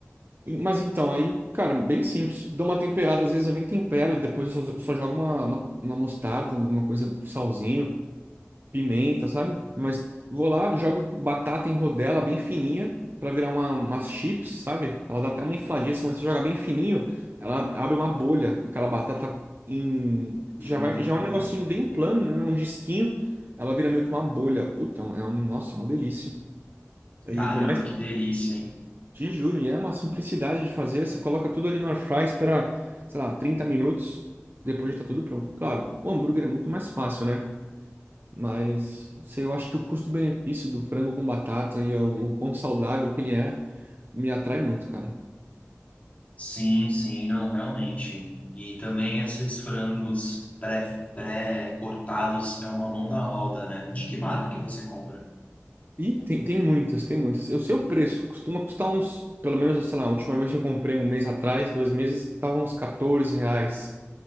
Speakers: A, on the right; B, on the left.
A: E- Mas então, aí, cara, bem simples. Dou uma temperada, às vezes eu nem tempero, depois eu só, só jogo uma, uma, uma mostarda, alguma coisa, salzinho. pimenta, sabe? Mas vou lá, jogo batata em rodela bem fininha pra virar uma, umas chips, sabe? Ela dá até uma infladinha, mas você joga bem fininho, ela abre uma bolha, aquela batata em
B: Hum,
A: que já vai, já é um negocinho bem plano, né? Um disquinho, ela vira meio que uma bolha. Puta, é um, é um- nossa, é uma delícia. E
B: caramba,
A: por mais,
B: que delícia, hein?
A: te juro, e é uma simplicidade de fazer, você coloca tudo ali no air fry, espera, sei lá, 30 minutos, depois já tá tudo pronto. Claro, o hambúrguer é muito mais fácil, né? Mas sei, eu acho que o custo-benefício do frango com batata e o, o quão saudável que ele é me atrai muito, cara.
B: Sim, sim, não, realmente. E também esses frangos pré, pré-cortados é uma mão na roda, né? De que marca que você compra?
A: E tem, tem muitas, tem muitas. Eu sei o preço, costuma custar uns, pelo menos, sei lá, a última vez que eu comprei um mês atrás, dois meses, tava uns 14 reais